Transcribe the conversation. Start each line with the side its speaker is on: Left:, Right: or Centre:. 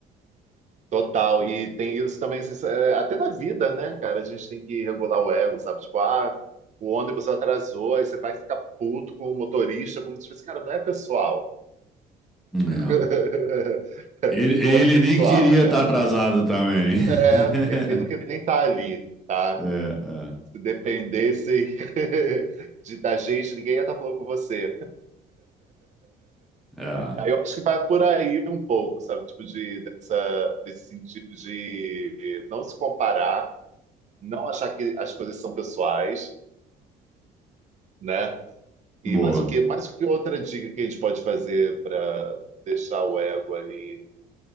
Right: total. E tem isso também, isso é, até na vida, né, cara? A gente tem que regular o ego, sabe? Tipo, ah, o ônibus atrasou, aí você vai ficar puto com o motorista, como se fosse, cara, não é pessoal.
Centre: É.
Right: <laughs>
Centre: Ele, ele
Right: Não é pessoal,
Centre: nem queria
Right: cara.
Centre: estar atrasado também.
Right: É,
Centre: <laughs>
Right: ele não queria nem estar ali. tá
Centre: É,
Right: Se dependesse <laughs> de, da gente, ninguém ia estar falando com você.
Centre: é, é.
Right: Aí eu acho que vai por aí um pouco, sabe? Tipo, de, dessa, desse sentido de não se comparar, não achar que as coisas são pessoais, né? E
Centre: Boa.
Right: mais o quê? Mais que outra dica que a gente pode fazer para deixar o ego ali?